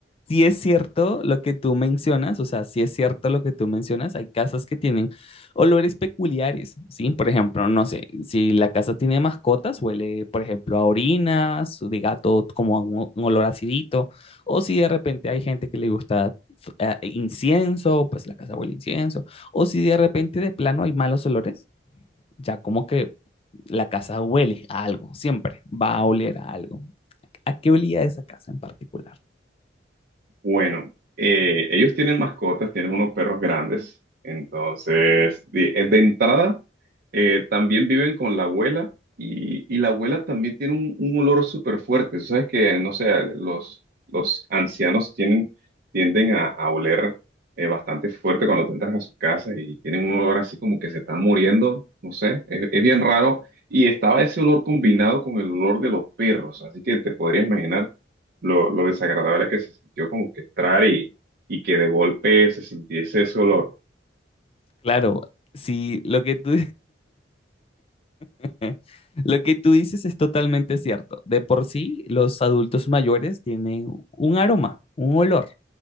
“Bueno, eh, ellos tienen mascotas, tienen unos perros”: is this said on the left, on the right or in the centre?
Right